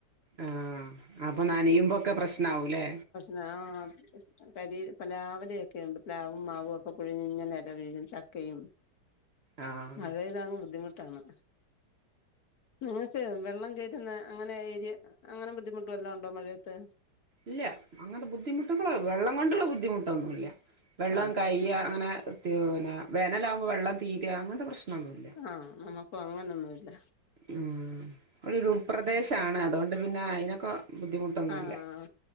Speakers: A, on the right; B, on the left.
A: ആഹ് അപ്പൊ നനയുമ്പൊക്കെ പ്രശ്നാവുല്ലേ?
B: ന്നാം കരി പ്‌ലാവിലൊക്കെയുണ്ട് പ്‌ലാവും മാവും ഒക്കെ കൊഴിഞ്ഞിങ്ങനെ എല വീഴും ചക്കയും.
A: ആഹ്
B: മഴെയ്താങ് ബുദ്ധിമുട്ടാണ്. നിങ്ങൾക്ക് വെള്ളം കേറ്റുന്ന അങ്ങനെ യേരിയ അങ്ങനെ ബുദ്ധിമുട്ട് വല്ലോ ഉണ്ടോ മഴയത്ത്?
A: ഇല്ല അങ്ങനെ ബുദ്ധിമുട്ടുകള് വെള്ള കൊണ്ടുള്ള ബുദ്ധിമുട്ടൊന്നൂല്ല. വെള്ളം
B: ആ ആ
A: കയ് യ അങ്ങനെ ത്യൂന വേനലാവുമ്പോ വെള്ളം തീര അങ്ങൻത്തെ പ്രശ്നൊന്നുല്ല.
B: ആഹ് നമുക്കു അങ്ങനൊന്നുല്ല.
A: ഉഹ് ഒരുറൂപ്രദേശാണ് അതോണ്ട് പിന്നെ അയിനൊക്കെ ബുദ്ധിമുട്ടൊന്നുല്ല
B: ആഹ്.